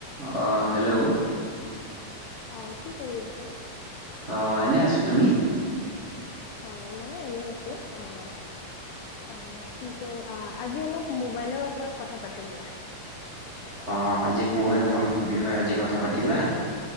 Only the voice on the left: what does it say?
অ ', কি কৰি আছা?
হয় মই এনেই আছো আহ', অ', কি কয় অ', আজি অলপ মোবাইলৰ ওপৰত কথা পাতু দিয়া।